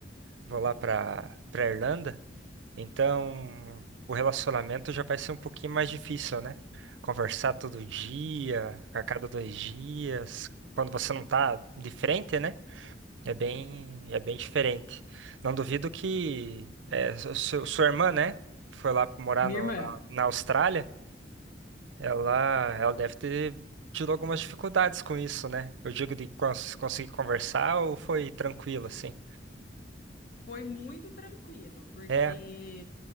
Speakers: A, on the right; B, on the left.
A: vou lá para para Irlanda. Então, o relacionamento já vai ser um pouquinho mais difícil, né? Conversar todo dia, a cada dois dias, quando você não tá de frente, né? É bem é bem diferente. Não duvido que é, su- su- sua irmã, né, foi lá morar
B: Minha
A: no-
B: irmã.
A: na na Austrália. Ela, ela deve ter tido algumas dificuldades com isso, né? Eu digo de cons- conseguir conversar ou foi tranquilo, assim?
B: Foi muito tranquilo, porque
A: É,